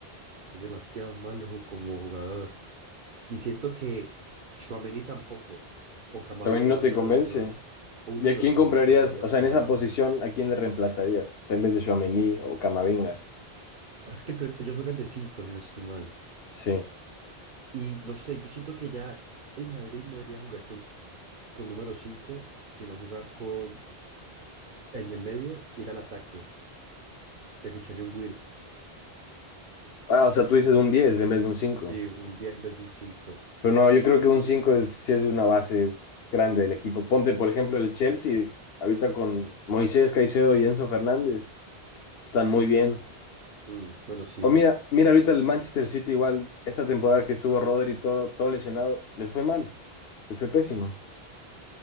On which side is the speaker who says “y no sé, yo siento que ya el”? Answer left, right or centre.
Right